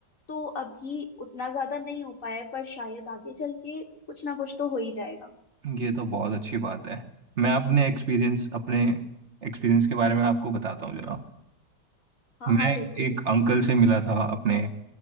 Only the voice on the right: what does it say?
ये तो बहुत अच्छी बात है मैं अपने एक्सपीरियंस अपने एक्सपीरियंस के बारे में आपको बताता हूँ जरा
मैं
एक अंकल से मिला था अपने